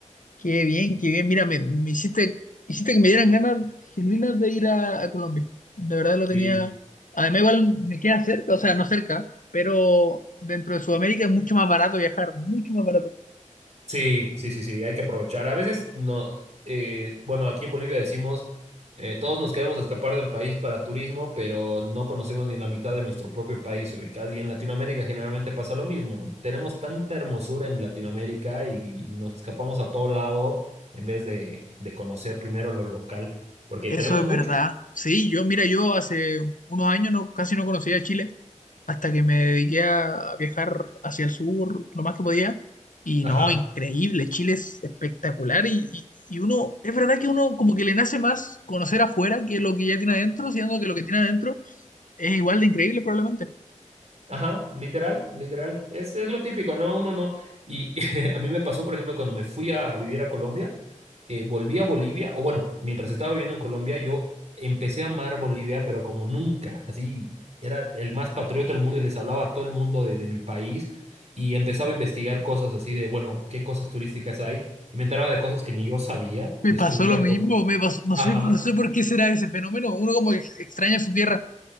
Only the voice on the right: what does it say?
Sí.
Sí, sí, sí, sí, hay que aprovechar. A veces no, eh, bueno, aquí en Bolivia decimos, eh, todos nos queremos escapar del país para turismo, pero no conocemos ni la mitad de nuestro propio país ubicado. Y en Latinoamérica generalmente pasa lo mismo. Tenemos tanta hermosura en Latinoamérica y, y nos escapamos a todo lado en vez de, de conocer primero lo local, porque
tenemos
mucho.
Ajá,
ajá, literal, literal. Es, es lo típico, ¿no? Uno no. Y <laughs> a mí me pasó, por ejemplo, cuando me fui a vivir a Colombia. eh, volví a Bolivia, o bueno, mientras estaba viviendo en Colombia, yo empecé a amar Bolivia, pero como nunca, así era el más patriota del mundo y les hablaba a todo el mundo de, de mi país y empezaba a investigar cosas así de, bueno, qué cosas turísticas hay, y me enteraba de cosas que ni yo sabía,
descubría
cosas.
Ajá.